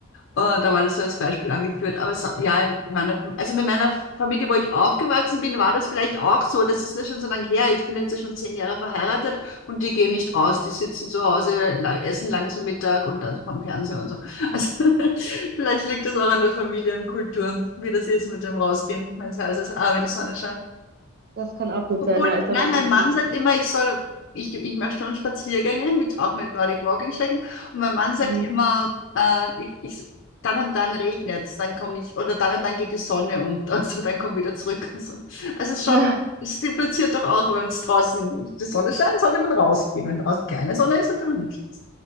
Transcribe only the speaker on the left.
Äh, da war das so als Beispiel angeführt. Aber so, ja, in meiner, Fam- also mit meiner Familie, wo ich aufgewachsen bin, war das vielleicht auch so. Das ist ja schon so lange her. Ich bin jetzt ja schon zehn Jahre verheiratet und die gehen
nicht aus. Die sitzen zu Hause, la- essen lang zu Mittag und dann vom Fernseher und so. Also <laughs> vielleicht liegt das auch an der Familienkultur, wie das ist mit dem Rausgehen, wenn es heiß ist. Ah, wenn die Sonne scheint.
Obwohl,
nein,
mein
Mann sagt immer, ich soll, ich, ich mache schon Spaziergänge, mit, auch mit Nordic Walking Stecken. Und mein Mann sagt
immer, äh, ich, ich, dann und dann regnet's, dann komme ich, oder dann und dann geht die Sonne unter, <laughs> also dann komm wieder zurück. Also, also es ist schon,
es impliziert doch auch, wenn es draußen die Sonne scheint, sollte man rausgehen. Wenn draußen keine Sonne ist, sollte man nicht